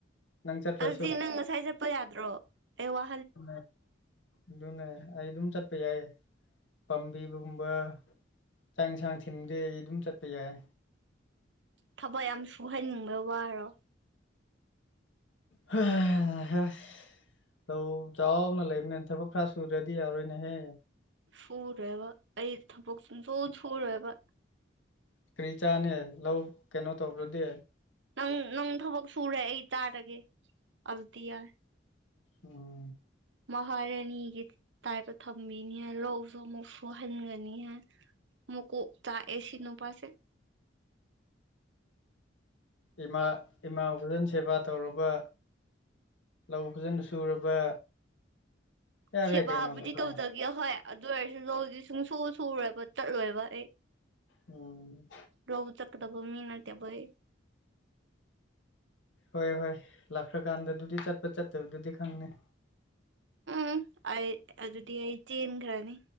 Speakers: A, on the left (about 80°); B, on the right (about 70°).
A: ꯅꯪ ꯆꯠꯇ꯭ꯔꯁꯨ
B: ꯑꯗꯨꯗꯤ ꯅꯪ ꯉꯁꯥꯏ ꯆꯠꯄ ꯌꯥꯗ꯭ꯔꯣ ꯑꯩ ꯋꯥ
A: ꯎ ꯑꯗꯨꯅꯦ ꯑꯩ ꯑꯗꯨꯝ ꯆꯠꯄ ꯌꯥꯏꯌꯦ ꯄꯥꯝꯕꯤꯕꯒꯨꯝꯕ ꯆꯥꯛ ꯌꯦꯟꯁꯥꯡ ꯊꯤꯟꯗꯤ ꯑꯩ ꯑꯗꯨꯝ ꯆꯠꯄ ꯌꯥꯏ
B: ꯊꯕꯛ ꯌꯥꯝ ꯁꯨꯍꯩꯅꯤꯡꯕ ꯋꯥꯔꯣ
A: ꯍ ꯍ ꯂꯧ ꯆꯥꯎꯅ ꯂꯩꯕꯅꯦ ꯊꯕꯛ ꯈꯔ ꯁꯨ꯭ꯔꯗꯤ ꯌꯥꯔꯣꯏꯅꯦꯍꯦ
B: ꯁꯨꯔꯦꯕ ꯑꯩ ꯊꯕꯛ ꯁ ꯁ ꯁꯨꯔꯦꯕ
A: ꯀꯔꯤ ꯆꯥꯅꯦ ꯂꯧ ꯀꯩꯅꯣ ꯇꯧꯕ꯭ꯔꯗꯤ
B: ꯅꯪ ꯅꯪ ꯊꯕꯛ ꯁꯨꯔꯦ ꯑꯩ ꯇꯥꯔꯒꯦ ꯑꯗꯨꯗꯤ ꯌꯥꯏ
A: ꯎꯝ
B: ꯃꯍꯥꯔꯥꯅꯤꯒꯤ ꯇꯥꯏꯞꯇ ꯊꯝꯕꯤꯅꯤ ꯍꯥꯏ ꯂꯧꯁꯨ ꯑꯃꯨꯛ ꯁꯨꯍꯟꯒꯅꯤ ꯍꯥꯏ ꯃꯨꯀꯨ ꯇꯥ ꯑꯦꯁꯤ ꯅ ꯄꯁ
A: ꯏꯃꯥ ꯏꯃꯥꯕꯨꯖꯟ ꯁꯦꯕꯥ ꯇꯧꯔꯕ ꯂꯧ ꯐꯖꯅ ꯁꯨꯔꯕ ꯌꯥꯔꯦ
B: ꯁꯦꯕꯥꯕꯨꯗꯤ
A: ꯀꯩꯅꯣ ꯑꯗꯨꯗꯤ
B: ꯇꯧꯗꯒꯦ ꯍꯣꯏ ꯑꯗꯨ ꯑꯣꯏꯔꯁꯨ ꯂꯧꯗꯤ ꯁꯨꯡ ꯁ ꯁꯨꯔꯣꯏꯕ ꯆꯠꯂꯣꯏꯕ ꯑꯩ
A: ꯎꯝ
B: ꯔꯍ ꯆꯀꯗꯕꯨ ꯃꯤꯅꯔꯇꯕꯩ
A: ꯍꯣꯏ ꯍꯣꯏ ꯂꯥꯛꯈ꯭ꯔꯀꯥꯟꯗꯗꯨꯗꯤ ꯆꯠꯄ ꯆꯠꯇꯕꯗꯨꯗꯤ ꯈꯪꯅꯤꯦ
B: ꯎ ꯑꯩ ꯑꯗꯨꯗꯤ ꯑꯩ ꯆꯦꯟꯈ꯭ꯔꯅꯤ